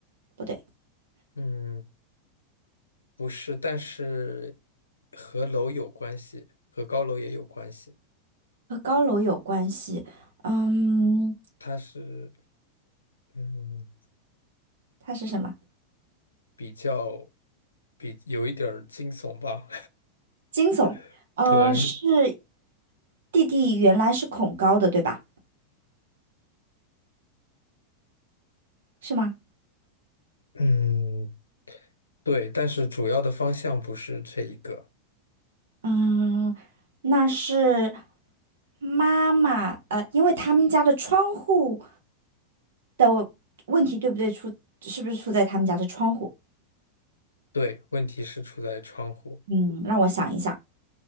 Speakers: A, on the right (about 60°); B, on the left (about 75°).
A: 不对，
B: 嗯，不是，但是和楼有关系，和高楼也有关系。
A: 和高楼有关系。嗯，
B: 它是，嗯，
A: 它是什么？
B: 比较，比有一点儿惊悚吧。
A: 惊悚。
B: <laughs>
A: 嗯、
B: 对。
A: 是弟弟原来是恐高的，对吧？是吗？
B: 嗯，对，但是主要的方向不是这一个。
A: 嗯，那是妈妈，呃，因为他们家的窗户的问题，对不对？出，是不是出在他们家的窗户？
B: 对，问题是出在窗户。
A: 嗯，让我想一想。